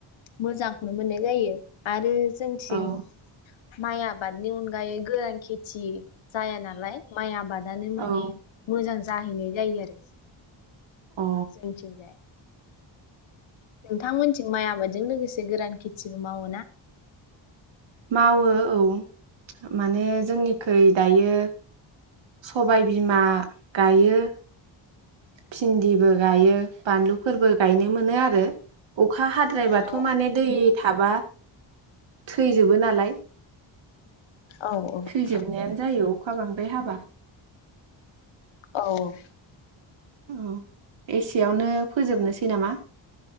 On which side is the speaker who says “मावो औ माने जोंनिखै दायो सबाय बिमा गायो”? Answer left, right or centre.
Right